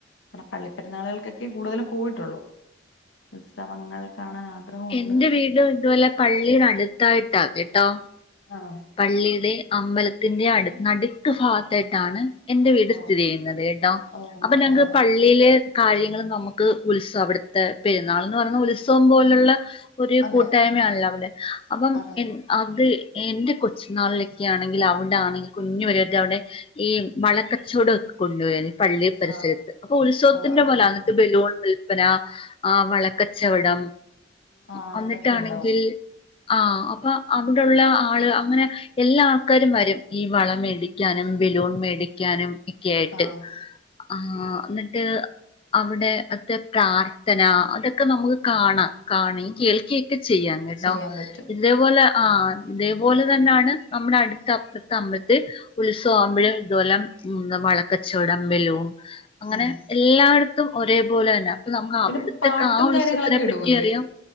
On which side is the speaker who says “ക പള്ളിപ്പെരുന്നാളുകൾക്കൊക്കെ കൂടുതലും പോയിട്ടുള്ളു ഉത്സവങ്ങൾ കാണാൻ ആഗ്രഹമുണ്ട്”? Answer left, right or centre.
Left